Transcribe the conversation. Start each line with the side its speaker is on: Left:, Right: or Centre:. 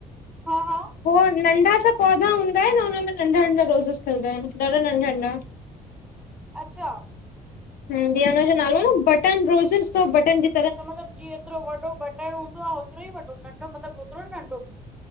Centre: हा हा
Left: हो नंढ़ा सा पौधा हूंदा एन, उनमें नंढ़ा नंढ़ा रोज़ेस खिलंदा एन, ॾाढा नंढ़ा नंढ़ा।
Centre: अच्छा
Left: जीअं उनजो नालो न, बटन रोज़ेस तव बटन जे
Centre: त मतलब जेतरो वॾो बटण हूंदो आ, ओतरो ई वॾो, नंढ़ो मतलब ओतरो नंढ़ो?